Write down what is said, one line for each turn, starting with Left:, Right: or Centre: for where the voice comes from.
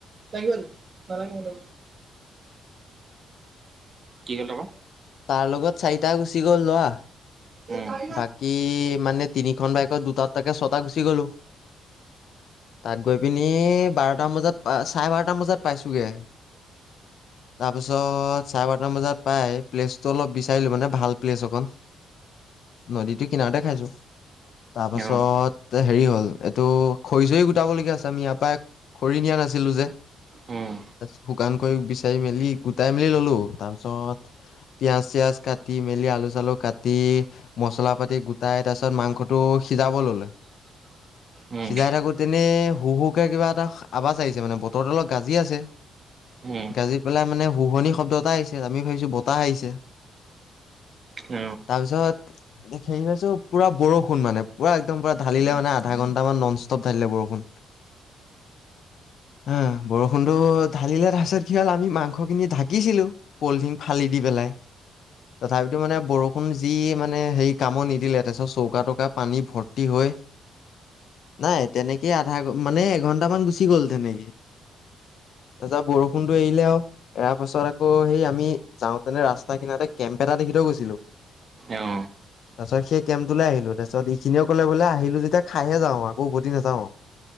Right: লাগিব এটো? নালাগে মই লি গৈছোঁ। কি কলে ক?
Left: তাৰ লগত চাৰিটা গুচি গ'ল ল'ৰা।
Right: উম, উম,
Left: বাকী মানে তিনিখন বাইকত দুটা-দুটাকে ছটা গুচি গলো। তাত গৈ পিনি বাৰটামান বজাত চাৰে বাৰটা বজাত পাইছোগে তাৰপিছত চাৰে বাৰটাাম বজাত পাই প্লেচটো অলপ বিচাৰিলো মানে ভাল প্লেচ অকণ। নদীতটো কিনাৰতে খাইছো। তাৰপাছত
Right: উম,
Left: হেৰি হল এইটো খৰি ছৰি গোটাবলগীয়া আছে আমি ইয়াৰ পৰা খৰি নিয়া নাছিলো যে,
Right: উম, উম,
Left: শুকান খৰি বিচাৰি মেলি গোটাই মেলি ললো তাৰ পিছত পিয়াজ চিয়াজ কাটি মেলি আলু চালু কাটি মছলা পাতি গোটাই তাৰ পিছ মাংসটো সিজাব ললে
Right: উম,
Left: সিজাই থাকোতেনে হু-হুকে কিবা এটা আৱাজ আহিছে মানে বতৰটো অলপ গাজি আছে।
Right: উম, উম, উম।
Left: গাজি পেলাই মানে শুুৱনি শব্দ এটা আহিছে আমি ভাবিছো বতাহ আহিছে
Right: অ',
Left: তাৰপিছত হেৰিছো পুৰা বৰষুণ মানে পুৰা একদম পুৰা ঢালিলে মানে অধা ঘণ্টা মান নন ষ্টপ ঢালিলে বৰষুণ। অহ, বৰষুণটো ঢালিলে তাৰ পিছত মাংসখিনি ঢাকিচিলো পলথিন ফালি দি পেলাই তথাপিতো মানে বৰষুণ যি মানে হেৰি কামো নিদিলে তাৰ পিছত চৌকা তৌকা পানী ভৰ্তি হয়। নাই, তেনেকেই আধা ঘ মানে এঘন্টা মান গুচি গ'ল তেনেকে তাৰ পিছত বৰষুণতটো এৰিলে আৰু এৰাৰ পাছত আকৌ সেই আমি যাওঁতেনে ৰাস্তাখিনতে কেম্প এটা দেখি থই গৈছিলো।
Right: অ',
Left: তাৰপিছত সেই কেম্পটোলৈ আহিলো তাৰপিছত এইখিনিয়ও কলে বোলে আহিলো যেতিয়া খাইহে যাওঁ আকৌ উভতি নাযাও।